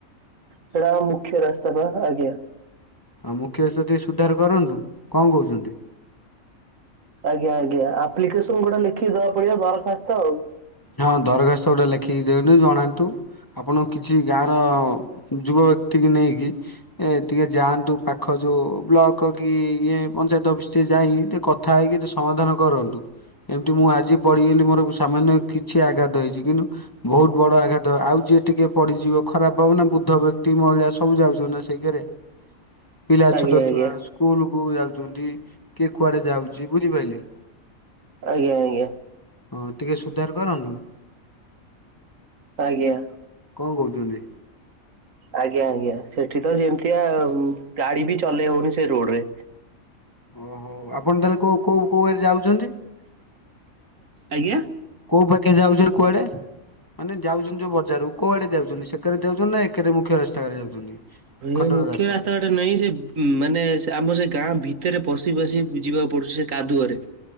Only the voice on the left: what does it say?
ଆଉ ମୁଖ୍ୟ ସେତି ସୁଧାର କରନ୍ତୁ କଣ କହୁଛନ୍ତି?
ହଁ ଦରଖାସ୍ତ ଗୋଟେ ଲେଖିକି ଦିଅନ୍ତୁ ଜଣାନ୍ତୁ ଆପଣ କିଛି ଗାଁର ଯୁବ ବ୍ୟକ୍ତି କି ନେଇକି ଏ ଟିକେ ଯାଆନ୍ତୁ ପାଖ ଯେଉଁ ବ୍ଲକ କି ଇଏ ପଞ୍ଚାୟତ ଅଫିସ ଟିକିଏ ଯାଇକି ଟିକେ କଥା ହେଇକିେ ସମାଧାନ କରନ୍ତୁ। ଏମିତି ମୁଁ ଆଜି ପଡ଼ିଗଲି ମୋର ସାମାନ୍ୟ କି କିଛି ଆଘାତ ହେଇଛି। କିନ୍ତୁ ବହୁତ ବଡ ଆଘାତ ହ ଆଉ ଯିଏ ଟିକେ ପଡିଯିବ ଖରାପ ହବ ନା ବୁଦ୍ଧ ବ୍ୟକ୍ତି ମହିଳା ସବୁ ଯାଉଛନ୍ତି ନା ସେଇକରେ। ପିଲା
ଛୋଟ
ଛୁଆ ସ୍କୁଲ କୁ ଯାଉଛନ୍ତି। କିଏ କୁଆଡେ ଯାଉଛି ବୁଝିପାଇଲେ।
ହଁ ଟିକେ ସୁଧାର କରନ୍ତୁ।
କଣ କହୁଛନ୍ତି?
ଓହୋ ଆପଣ ତାହେଲେ କୋଉ କୋଉ କୋଉ ହାରେ ଯାଉଛନ୍ତି।
କୋଉ ପା ଏକେ ଯାଉଛ କୁଆଡେ ମାନେ ଯାଉଛନ୍ତି ଯୋଉ ବଜାରରୁ କୁଆଡେ ଯାଉଛନ୍ତି ସେକରେ ଯାଉଛନ୍ତି ନା ଏକରେ ମୁଖ୍ୟ ରାସ୍ତା କରେ ଯାଉଛନ୍ତି। ଖଣ୍ଡଡ଼
ରାସ୍ତାରେ